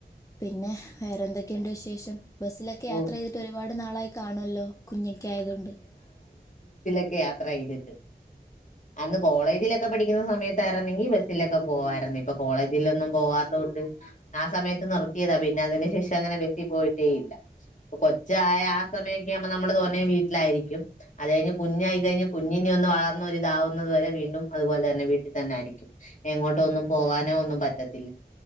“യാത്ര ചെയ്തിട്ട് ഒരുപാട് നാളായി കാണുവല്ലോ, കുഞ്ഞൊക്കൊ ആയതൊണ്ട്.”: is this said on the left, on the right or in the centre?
Left